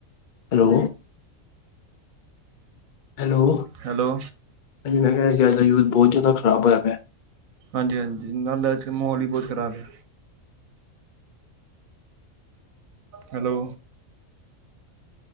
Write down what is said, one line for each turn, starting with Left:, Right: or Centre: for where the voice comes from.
Left: hello, hello
Right: hello
Left: ਮੈਂ ਕਹਿ ਰਿਹਾ ਸੀ ਅਜ ਦਾ ਯੂਥ, ਬਹੁਤ ਜਿਆਦਾ ਖਰਾਬ ਹੋਇਆ ਪਇਆ।
Right: ਹਾਂਜੀ ਹਾਂਜੀ, ਨਾਲੇ ਅੱਜ ਕੱਲ ਮਾਹੌਲ ਹੀ ਬਹੁਤ ਖ਼ਰਾਬ ਹੈ ਹੈਲੋ